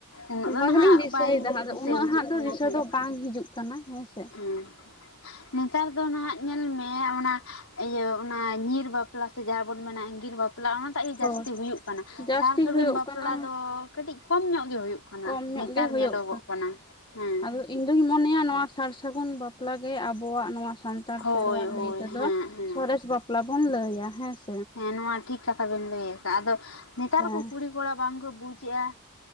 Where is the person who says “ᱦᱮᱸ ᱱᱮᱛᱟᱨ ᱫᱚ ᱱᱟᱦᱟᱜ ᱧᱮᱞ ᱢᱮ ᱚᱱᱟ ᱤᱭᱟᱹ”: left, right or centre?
Left